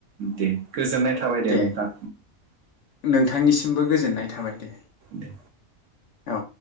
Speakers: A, on the right (about 65°); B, on the left (about 65°).
A: दे गोजोननाय थाबाय
B: दे
A: नोंथां
B: नोंथांनिसिमबो गोजोननाय थाबाय दे।
A: दे।
B: औ